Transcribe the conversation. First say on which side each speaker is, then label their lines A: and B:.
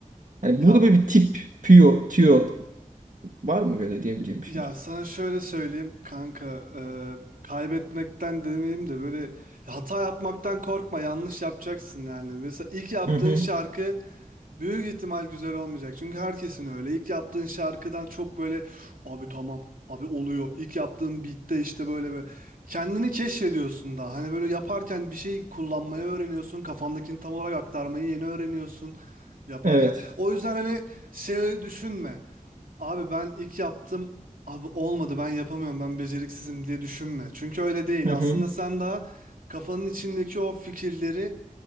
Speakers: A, on the right; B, on the right.
A: Yani
B: Ya
A: burada böyle bir tip, püyo, tüyo var mı böyle diyebileceğim bir
B: ya
A: şey? acaba?
B: sana şöyle söyleyeyim kanka e, kaybetmekten demeyeyim de böyle hata yapmaktan korkma yanlış yapacaksın yani. Mesela ilk yaptığın
A: Hı hı.
B: şarkı Büyük ihtimal güzel olmayacak. Çünkü herkesin öyle. İlk yaptığın şarkıdan çok böyle abi tamam abi oluyor. İlk yaptığın beat'te işte böyle bir kendini keşfediyorsun da. Hani böyle yaparken bir şey kullanmayı öğreniyorsun. Kafandakini tam olarak aktarmayı yeni öğreniyorsun yaparken.
A: Evet.
B: O yüzden hani şey düşünme. Abi ben ilk yaptım. Abi olmadı ben yapamıyorum ben beceriksizim diye düşünme. Çünkü öyle değil.
A: Hı hı.
B: Aslında sen daha kafanın içindeki o fikirleri